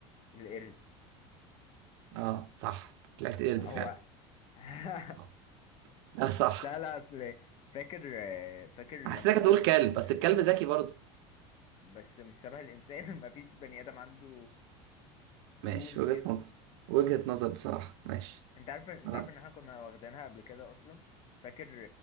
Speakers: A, on the left; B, on the right.
A: القرد
B: اه صح طلعت قرد
A: هو
B: فعلا
A: <laughs>
B: اه لا صح
A: لا لا اصل فاكر فاكر لما
B: حسيتك
A: كنا
B: هتقول
A: بناخد
B: كلب بس الكلب ذكي برضه
A: بس مش شبه الانسان <laughs> مفيش بني ادم عنده
B: ماشي
A: قرون
B: وجهة
A: كده
B: نظر وجهة نظر بصراحة ماشي
A: انت عارف انت
B: اه
A: عارف ان احنا كنا واخدينها قبل كده اصلا فاكر